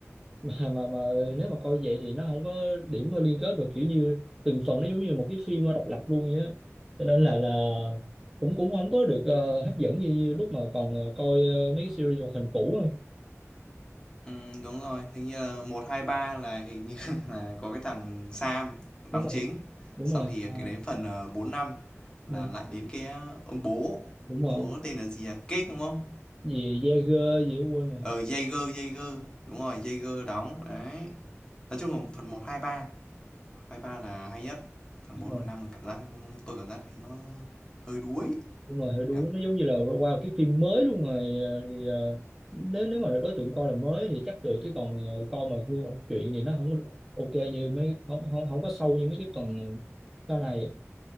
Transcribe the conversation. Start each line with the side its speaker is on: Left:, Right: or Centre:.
Centre: mà mà mà nếu mà coi vậy thì nó không có điểm mà liên kết và kiểu như từng phần nó giống như một cái phim độc lập luôn vậy á cho nên là là cũng cũng không có được ờ, hấp dẫn như, như lúc mà còn ờ, coi ờ, mấy cái series hoạt hình cũ á.
Left: Ừm, đúng rồi, hình như là 1, 2, 3 là hình như <laughs> là có cái thằng Sam đóng
Centre: đúng rồi
Left: chính.
Centre: đúng
Left: Xong
Centre: rồi
Left: thì
Centre: Ờ,
Left: cái đến phần, ờ, 4, 5 là
Centre: ừ,
Left: lại đến cái, a, ông bố,
Centre: đúng rồi
Left: ông bố tên là gì à Cake, đúng không?
Centre: gì Jaeger gì đó quên rồi
Left: Ờ, Jaeger, Jaeger, đúng rồi, Jaeger đóng, đấy. Nói chung là phần một 2 ba 2 3 là hay nhất. Phần
Centre: đúng
Left: 4
Centre: rồi
Left: và 5 cảm giác tôi cảm giác thấy nó hơi đuối
Centre: đúng rồi hơi đuối
Left: nhỉ?
Centre: nó giống như là qua một cái phim mới luôn rồi ờ, thì ờ, nếu nếu mà đối tượng coi là mới thì chắc được chứ còn ờ, coi mà nguyên một chuyện thì nó không có ok như mấy không không không có sâu như mấy cái phần sau này